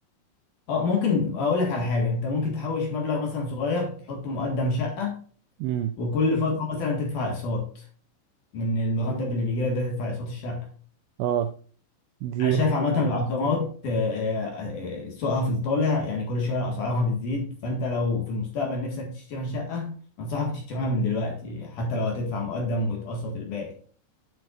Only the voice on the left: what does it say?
اه ممكن اقول لك على حاجه انت ممكن تحوش مبلغ مثلا صغير تحطه مقدم شقه
وكل فتره مثلا تدفع اقساط من المرتب اللي بيجي لك ده تدفع اقساط الشقه
انا شايف
عامه
العقارات آه، آه، آه، سوقها في الطالع يعني كل شويه اسعارها بتزيد فانت لو في المستقبل نفسك تشتري شقه انصحك تشتريها من دلوقتي حتى لو هتدفع مقدم وتقسط الباقي